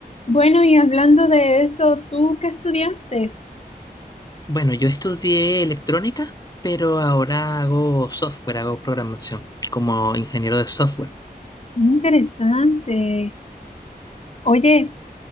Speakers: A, on the left; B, on the left.
A: Bueno, y hablando de esto, ¿tú qué estudiaste?
B: Bueno, yo estudié electrónica, pero ahora hago software, hago programación como ingeniero de software.
A: Qué interesante. Oye,